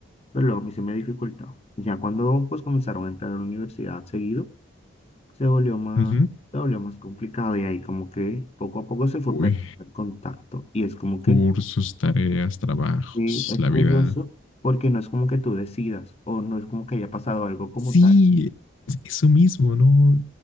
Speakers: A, on the left; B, on the left.
A: pero luego a mí se me dificultaba. Ya cuando pues comenzaron a entrar a la universidad seguido, se volvió más,
B: Ujú.
A: se volvió más complicado y ahí como que poco a poco se fue
B: Uy,
A: perdiendo el contacto y es como
B: cursos,
A: que
B: tareas, trabajos,
A: sí, es
B: la
A: tedioso
B: vida.
A: porque no es como que tú decidas o no es como que haya pasado algo como
B: Sí,
A: tal.
B: es eso mismo, ¿no?